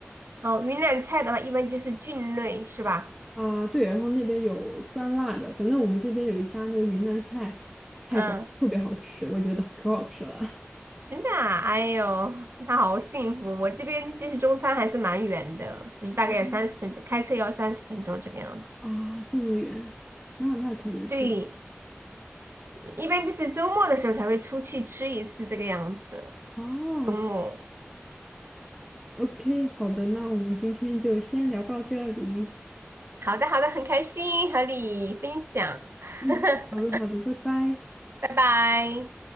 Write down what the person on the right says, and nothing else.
哦，云南菜的话一般就是菌类是吧？
嗯，
真的啊，哎呦，那好幸福。我这边其实中餐还是蛮远的，就是大概有三十分钟，
开车要三十分钟这个样子。
对，一般就是周末的时候才会出去吃一次这个样子，
周末。
好的，好的，很开心和你分享，
<laughs>
拜拜。